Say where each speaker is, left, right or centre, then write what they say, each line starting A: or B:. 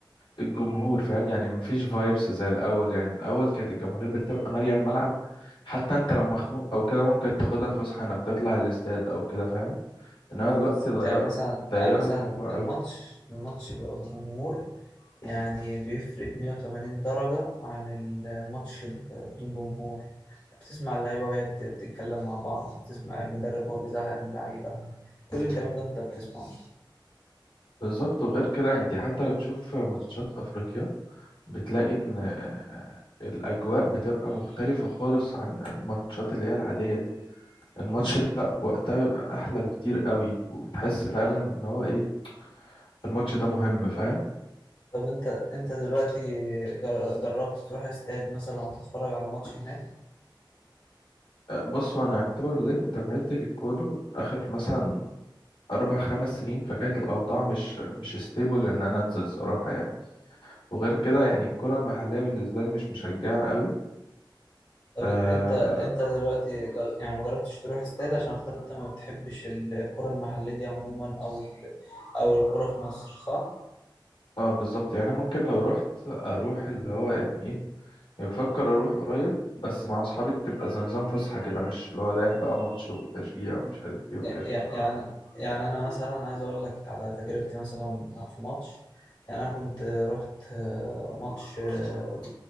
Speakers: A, on the left (about 75°); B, on the left (about 55°).
A: الجمهور فاهم يعني مفيش فايبس زي الأول يعني الأول كانت الجماهير بتبقى مالية الملعب حتى أنت لو مخنوق أو كده ممكن تاخدها فسحة إنك تطلع الاستاد أو كده فاهم انما
B: هو
A: دلوقتي
B: بالظبط
A: ضيقوا
B: يعني مثلا
A: ضيقوا
B: يعني مثلا
A: الموضوع
B: الماتش
A: قوي
B: الماتش بيبقى بجمهور يعني بيفرق 180 درجة عن الماتش ب- بدون جمهور بتسمع اللعيبة وهي بت- بتتكلم مع بعض بتسمع المدرب وهو بيزعق اللعيبة كل الكلام ده انت بتسمعه
A: بالظبط وغير كده انت حتى لو تشوف ماتشات افريقيا بتلاقي ان آه، الاجواء بتبقى مختلفة خالص عن الماتشات اللي هي العادية دي الماتش لا وقتها بيبقى احلى بكتير قوي وبتحس فعلا ان هو ايه الماتش ده مهم فاهم
B: طب انت انت دلوقتي جر- جربت تروح استاد مثلا او تتفرج على ماتش هناك
A: آه، بصوا انا اعتبر بداية متابعتي للكورة اخر مثلا اربع خمس سنين فكانت الاوضاع مش مش ستيبل ان انا انزل صراحة يعني وغير كده يعني الكرة المحلية بالنسبة لي مش مشجعة قوي
B: طب
A: آه،
B: انت انت دلوقتي جر... يعني ما جربتش تروح استاد عشان خاطر انت ما بتحبش الكرة المحلية دي عموما او ال... او الكرة في مصر صح؟
A: اه بالظبط يعني أنا ممكن لو رحت اروح اللي هو يعني ايه يعني بفكر اروح قريب بس مع اصحابي تبقى زي نظام فسحه كده مش اللي هو رايح بقى ماتش وتشجيع ومش
B: مم.
A: عارف ايه وكده
B: يع- يع- يعني يعني انا مثلا عايز اقول لك على تجربتي مثلا في ماتش يعني انا كنت رحت آه، ماتش آه،